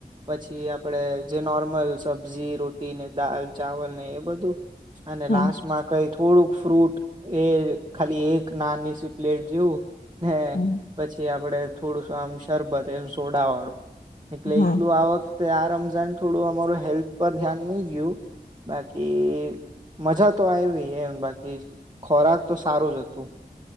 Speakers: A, on the right; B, on the left.
A: પછી આપણેે જે નોર્મલ સબ્જી રોટી ને દાલ ચાવલ ને એ બધું. અને
B: હા
A: લાસ્ટમાં કઈ થોડુંક શુ ફ્રૂટ એ ખાલી એક નાનની સી પ્લેજો. હે
B: હા
A: પછી આપડે થોડુંસું આમ શરબત એમ સોડા વાળું. એટલે
B: હમ
A: એકલું આ વખતે આરામ. થોડું અમાર હેલ્થ પર ધ્યાન નહી ગયું, બાકી મજા તો આવી એમ, બાકી ખોરાક તો સારું જ હતું.